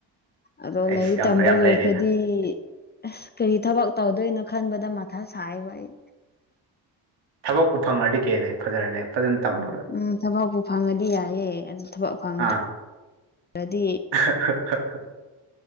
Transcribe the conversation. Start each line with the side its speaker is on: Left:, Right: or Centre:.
Left: ꯑꯗꯣ
Right: ꯑꯩꯁ
Left: ꯂꯥꯏꯔꯤꯛ
Right: ꯌꯥꯝ
Left: ꯇꯝꯕ
Right: ꯌꯥꯝ
Left: ꯂꯣꯏꯈ꯭ꯔꯗꯤ
Right: ꯂꯩꯔꯦꯅ
Left: ꯑꯁ ꯀꯔꯤ ꯊꯕꯛ ꯇꯧꯗꯣꯏꯅꯣ ꯈꯟꯕꯗ ꯃꯊꯥ ꯁꯥꯏꯌꯦꯕ ꯑꯩ
Right: ꯊꯕꯛꯄꯨ ꯐꯪꯉꯔꯗꯤ ꯀꯦꯅ ꯑꯩ ꯐꯖꯔꯦꯅꯦ ꯐꯖꯅ ꯇꯝꯃꯒ
Left: ꯎꯝ ꯊꯕꯛꯄꯨ ꯐꯪꯉꯗꯤ ꯌꯥꯏꯌꯦ ꯑꯗꯨ ꯊꯕꯛ ꯐꯪꯗ꯭ꯔꯗꯤ
Right: ꯑꯥ <unintelligible>